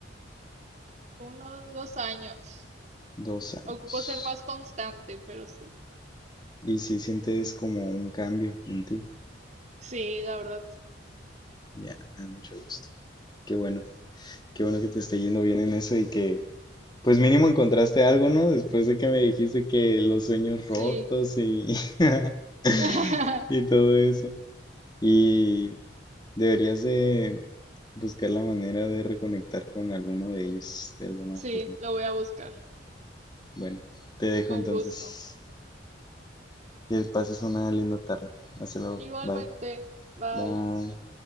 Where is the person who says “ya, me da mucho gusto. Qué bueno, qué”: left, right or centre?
Left